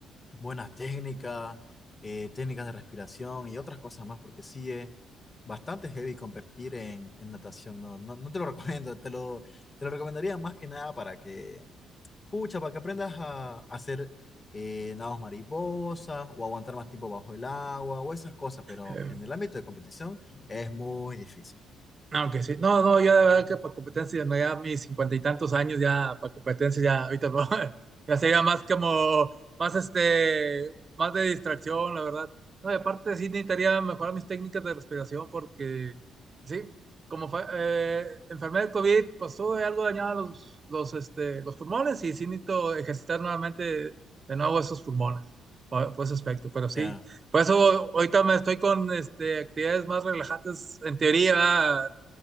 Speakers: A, on the left; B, on the right.
A: buenas técnicas, eh, técnicas de respiración y otras cosas más, porque sí es bastante heavy competir en, en natación, ¿no? No, no te lo <laughs> recomiendo, te lo, te lo recomendaría más que nada para que Pucha, para que aprendas a, a hacer eh, nados mariposas o aguantar más tiempo bajo el agua o esas cosas, pero
B: eh,
A: en el ámbito de competición es muy difícil.
B: Aunque sí, no, no, yo de verdad que para competencia, no, ya mis cincuenta y tantos años, ya para competencia, ya ahorita no, <laughs> ya sería más como, más este, más de distracción, la verdad. No, y aparte sí necesitaría mejorar mis técnicas de respiración porque, sí, como fue, eh, enfermedad del COVID, pues tuve algo dañado los, los, este, los pulmones y sí necesito ejercitar nuevamente de nuevo esos pulmones, por, por ese aspecto, pero sí,
A: Ya.
B: por eso ahorita me estoy con, este, actividades más relajantes, en teoría,